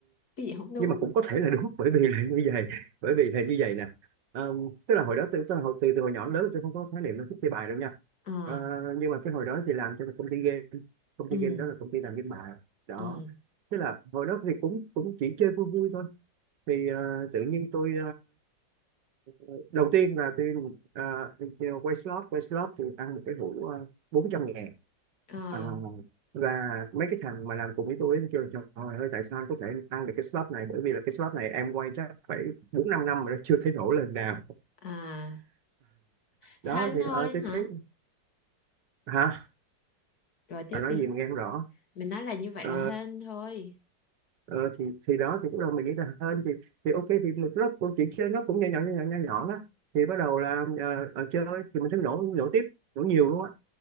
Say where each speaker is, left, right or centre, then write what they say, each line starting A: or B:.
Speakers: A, on the left (about 55°); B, on the right (about 70°).
A: Cái gì không đúng?
B: nhưng mà cũng có thể là đúng bởi vì là như vậy bởi vì là như vậy nè Ờ, tức là hồi đó tôi, tôi hồi từ, từ hồi nhỏ đến lớn tôi không có khái niệm nó thích chơi bài đâu nha
A: Ờ
B: Ờ, nhưng mà cái hồi đó thì làm cho một công ty game công ty
A: ừ
B: game đó là công ty làm game bài đó
A: ừ
B: tức là hồi đó thì cũng cũng chỉ chơi vui vui thôi thì ờ, tự nhiên tôi ờ, đầu tiên là tôi ờ, quay slot quay slot thì ăn một cái hũ uh, bốn trăm ngàn
A: Ờ,
B: Ờ, và mấy cái thằng mà làm cùng với tôi ấy, nó kêu là trời ơi tại sao anh có thể ăn được cái slot này bởi vì là cái slot này em quay chắc phải bốn năm năm mà nó chưa thấy nổ lần nào <laughs>
A: à, hên
B: đó thì
A: thôi
B: ờ tôi
A: hả?
B: thấy hả
A: Rồi tiếp
B: bà nói
A: đi.
B: gì mà nghe không rõ
A: Mình nói là như vậy
B: ờ,
A: là hên thôi.
B: ờ, thì thì đó thì lúc đầu mình nghĩ là hơn thì thì ok thì mình nó cũng chỉ chơi nó cũng nhỏ nhỏ nhỏ nhỏ nhỏ nhỏ đó thì bắt đầu là ờ, ờ, chơi thì mình thấy nổ nổ tiếp nổ nhiều luôn á